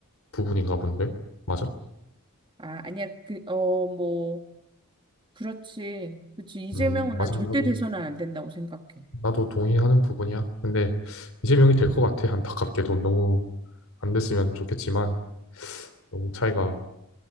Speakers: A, on the left; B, on the right.
A: 부분인가 본데? 맞아?
B: 아, 아니야, 그, 어, 뭐, 그렇지. 그치. 이재명은
A: 음, 맞아.
B: 난 절대
A: 나도
B: 돼서는 안 된다고 생각해.
A: 나도 동의하는 부분이야. 근데 이재명이 될 것 같아. 안타깝게도 너무 안 됐으면 좋겠지만 너무 차이가